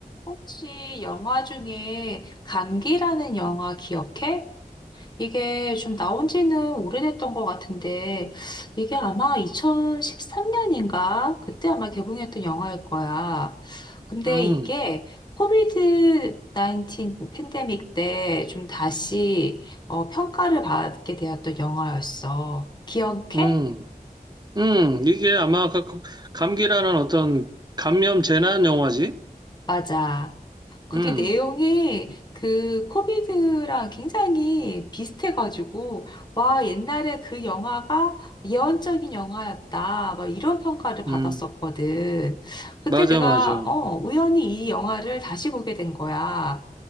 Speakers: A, on the left (about 30°); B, on the right (about 30°).
A: 혹시 영화 중에 감기라는 영화 기억해? 이게 좀 나온 지는 오래됐던 것 같은데, 이게 아마 2013년인가? 그때 아마 개봉했던 영화일 거야. 근데
B: 음,
A: 이게 코비드 19 팬데믹 때 좀 다시 어, 평가를 받게 되었던 영화였어. 기억해?
B: 음, 음, 이게 아마 그 감기라는 어떤 감염 재난 영화지?
A: 맞아. 그게
B: 음,
A: 내용이 그 코미드랑 굉장히 비슷해가지고, 와, 옛날에 그 영화가 예언적인 영화였다. 막 이런 평가를 받았었거든.
B: 음,
A: 그때
B: 맞아,
A: 내가,
B: 맞아. 음,
A: 어, 우연히 이 영화를 다시 보게 된 거야.